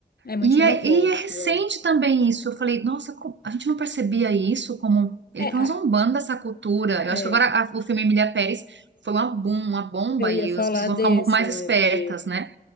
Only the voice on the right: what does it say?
e
é, e é recente
também isso. Eu falei, nossa, co- a gente não percebia isso como ele
tá
zombando dessa cultura.
Eu acho
que agora a- o filme Emília Pérez foi uma, bom, uma bomba
e
as pessoas vão
ficar um pouco mais
espertas,
né?